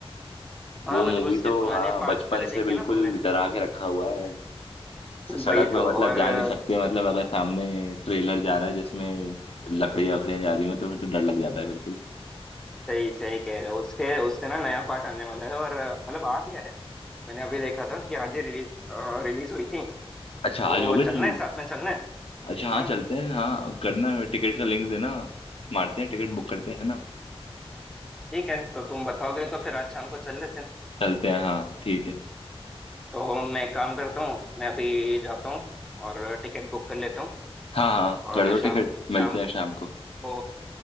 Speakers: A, in the centre; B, on the left.
A: हाँ
B: वो
A: मतलब
B: मूवी
A: उसके
B: तो
A: पुराने
B: हाँ
A: पार्ट
B: बचपन
A: सारे
B: से
A: देखे
B: बिल्कुल
A: ना तुमने
B: डरा के रखा हुआ है
A: <laughs>
B: स- सड़क
A: वही
B: पे
A: तो
B: मतलब
A: और
B: जा
A: अ,
B: नहीं सकते मतलब अगर सामने ट्रेलर जा रहा है जिसमें लकड़ियां वकड़ियां जा रही हो तो फिर तो डर लग जाता है बिल्कुल
A: सही सही कह रहे हो उसके उसका ना नया पार्ट आने वाला है और अ, मतलब आ गया है मैंने अभी देखा था कि आज ही रिलीज रिलीज हुई थी
B: अच्छा
A: तो
B: आज हो गई
A: चलना
B: रिलीज
A: है साथ में चलना है
B: अच्छा हाँ
A: हाँ
B: चलते हैं हाँ करना है टिकट का लिंक देना मारते हैं टिकट बुक करते हैं है ना
A: ठीक है तो तुम बताओगे तो फिर आज शाम को चल लेते हैं
B: चलते हैं हाँ ठीक है
A: तो मैं एक काम करता हूँ मैं अभी जाता हूँ और टिकट बुक कर लेता हूँ
B: हाँ हाँ
A: और
B: कर दो
A: शाम
B: टिकट मिलते
A: शाम
B: हैं शाम को
A: को